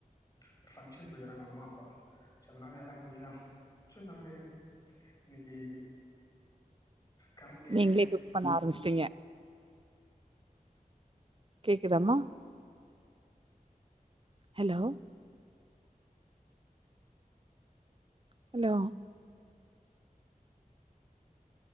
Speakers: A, on the left; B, on the right.
A: ஒரு ஃபங்ஷன் போய்ருக்காங்க அம்மா அப்பா சோ அதனால யாரு இல்லையா சோ நானே இன்னைக்கு கரண்டிய
B: நீங்களே
A: கை
B: குக் பண்ண ஆரம்பிச்டீங்க கேக்குதாமா ஹலோ ஹலோ